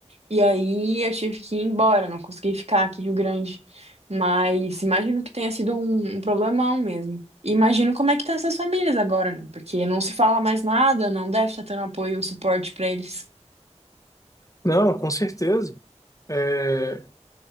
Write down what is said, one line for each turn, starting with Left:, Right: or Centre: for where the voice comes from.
Right: E aí eu tive que ir embora, não consegui ficar aqui em Rio Grande. Mas imagino que tenha sido um, um problemão mesmo. E imagino como é que tá essas famílias agora, né? Porque não se fala mais nada, não deve estar tendo apoio, um suporte pra eles.
Left: Não, com certeza. eh,